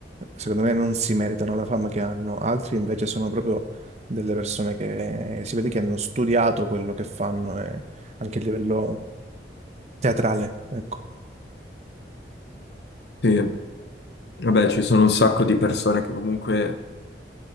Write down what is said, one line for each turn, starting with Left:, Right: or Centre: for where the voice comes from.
Right: secondo me non si meritano la fama che hanno, altri invece sono proprio delle persone che si vede che hanno studiato quello che fanno, e anche a livello teatrale, ecco.
Left: eh. Sì, vabbè, ci sono un sacco di persone che comunque